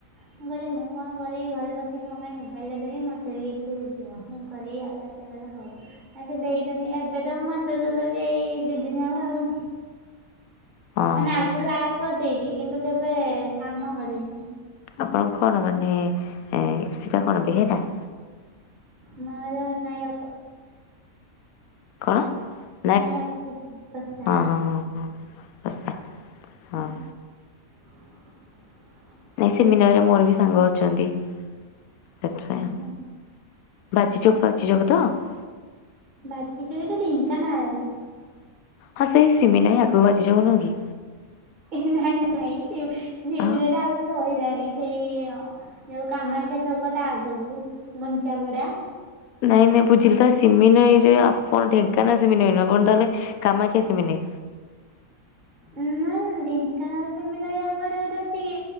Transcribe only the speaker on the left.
ହଁ
ହଁ
ଆପଣ କଣ ମାନେ ଇପ୍ସିତା କଣ ବେହେରା।
କଣ।
ହଁ ହଁ ହଁ ହଁ ଶଶା
ହଁ
ନାଇଁ ସେମିନାରେ ମୋର ବି ସାଙ୍ଗ ଅଛନ୍ତି ସେଥିପାଇଁ
ଆଉ। ବାଜିଚକ୍ ଫଚଚକ୍ ତ <unintelligible>
ହଁ ସେଇ ସେମିିନାଇଁ ଆଗକୁ ଅଛି ଯୋଉ ନୁହଁ କି।
ଆ
ନାଇଁ ନାଇଁ ବୁଝିଲେ ତ ସିମିନାଇ ଯେ ଆପଣ ଢେଙ୍କାନାଳ ସିମିନାଇ ନୁହଁ ଆପଣ ତାହେଲେ କାମାକ୍ଷା ସିମିନାଇ।